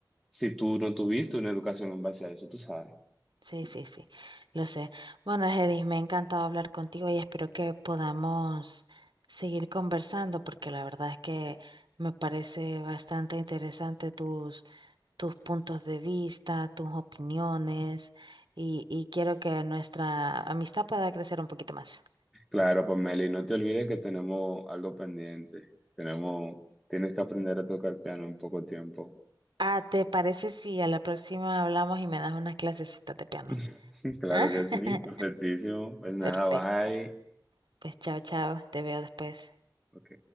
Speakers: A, in the centre; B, on the right (about 75°).
A: si tú no tuviste una educación en base a eso, tú sabes.
B: Sí, sí, sí, lo sé. Bueno, Argenis, me ha encantado hablar contigo y espero que podamos seguir conversando porque la verdad es que me parece bastante interesante tus, tus puntos de vista, tus opiniones y, y quiero que nuestra amistad pueda crecer un poquito más.
A: Claro, Pamela, y no te olvides que tenemos algo pendiente. Tenemos, tienes que aprender a tocar piano en poco tiempo.
B: Ah, ¿te parece si a la próxima hablamos y me das unas clasecitas de piano?
A: <laughs> Claro
B: ¿Ah?
A: que
B: <laughs>
A: sí, perfectísimo. Pues nada,
B: Perfecto.
A: bye.
B: Pues chao, chao, te veo después.
A: Ok.